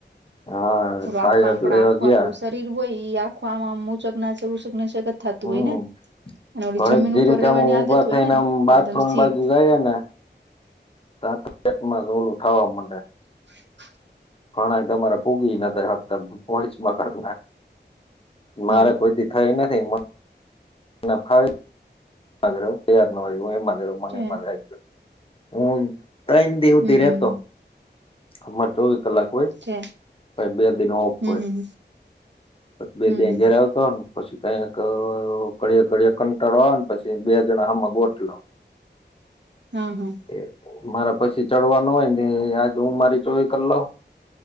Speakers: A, on the left; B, on the right.
A: હા.
B: આખમ
A: ખાય
B: આપણા
A: એટલે
B: આખું
A: ગયા
B: આપડું શરીર હોય ઈ આખું આમ મૂચક ના થતું
A: હમ
B: હોય ને? અને ઓલી
A: થોડીક
B: જમીન
A: જે
B: ઉપર
A: રીતે
B: રહેેવાની
A: અમે ઊભા
B: આદત હોય
A: થઈને
B: ને
A: આમ બાથરૂમ
B: એકદમ સ્થિર
A: બાજુ જાઈને તા પેતમાસ ઓલું થાવા મડે.
B: હ
A: ઘણાય તમારે પૂગી નતા હકતા પોચમાં કરતા, મારે
B: હમ
A: કોઈ દી થઈ નથી. નાફાય. માધ પયાર નવું એમ માધર મને
B: છે
A: મદર, હું તન દી હુધી
B: હમ
A: રેતો
B: હમ
A: અમારે ચોવીસ કલાક હોય.
B: છે
A: પહી બે દિન હોક
B: હમ
A: હોય
B: હમ
A: બે
B: હમ
A: દિ
B: હમ
A: ઘેર આવ તો પછી કઈક ઘડયે ઘળયે કંટાળવા પછી બે જણા હામક બોટલો.
B: હમ્મ, હમ્મ.
A: એ મારા પછી ચડવાનું હોય ને આજ હું મારી ચોવી કરલવ.